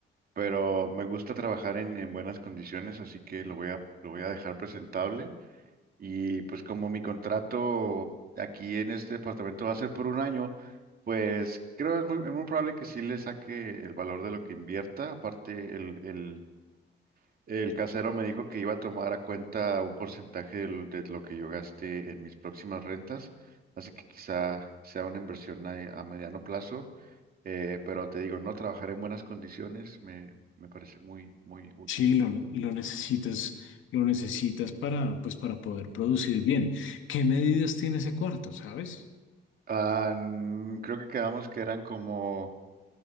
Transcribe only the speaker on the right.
pero me gusta trabajar en, en buenas condiciones, así que lo voy a, lo voy a dejar presentable. Y pues como mi contrato aquí en este departamento va a ser por un año, pues creo es muy, es muy probable que sí le saque el valor de lo que invierta. Aparte, el, el, el casero me dijo que iba a tomar a cuenta un porcentaje del- de, lo que yo gaste en mis próximas rentas. Así que quizá sea una inversión a, a mediano plazo. Eh, pero te digo, no trabajar en buenas condiciones me, me parece muy, muy útil.
Ah, mm, creo que quedamos que eran como,